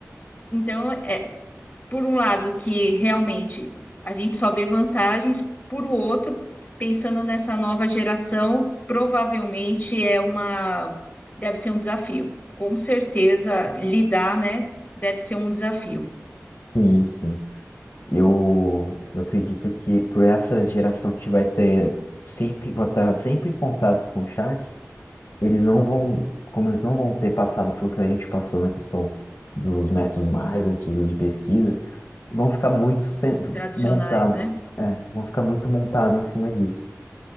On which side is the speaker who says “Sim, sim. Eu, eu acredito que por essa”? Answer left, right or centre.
Left